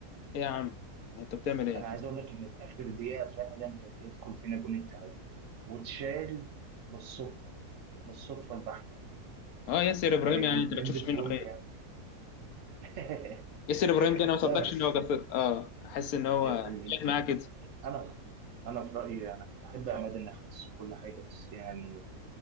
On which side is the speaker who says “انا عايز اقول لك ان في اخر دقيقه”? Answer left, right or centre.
Right